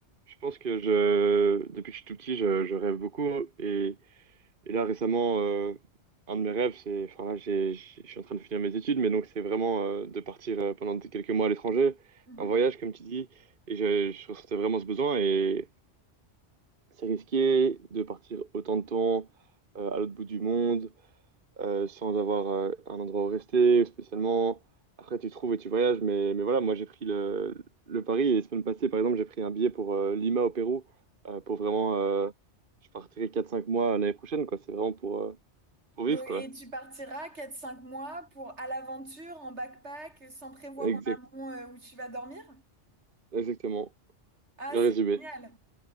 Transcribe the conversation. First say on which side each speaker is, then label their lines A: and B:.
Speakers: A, on the right; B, on the right.
A: je pense que je, depuis que je suis tout petit, je, je rêve beaucoup et Et là, récemment, euh, un de mes rêves, c'est, enfin là, j'ai, j'ai- je suis en train de finir mes études, mais donc c'est vraiment euh, de partir euh, pendant des- quelques mois à l'étranger,
B: Mhm.
A: un voyage, comme tu dis, et je, je ressentais vraiment ce besoin, et c'est risqué de partir autant de temps euh, à l'autre bout du monde, euh, sans avoir euh, un endroit où rester, ou spécialement. Après, tu trouves et tu voyages, mais, mais voilà, moi, j'ai pris le, le pari, et la semaine passée, par exemple, j'ai pris un billet pour euh, Lima au Pérou, euh, pour vraiment, euh, je partirai quatre cinq mois l'année prochaine, quoi, c'est vraiment pour... euh, pour
B: Donc,
A: vivre, quoi.
B: et tu partiras quatre cinq mois pour à l'aventure, en backpack, sans prévoir
A: Exact,
B: en amont euh, où tu vas dormir?
A: exactement.
B: Ah,
A: Bien
B: c'est
A: résumé.
B: génial!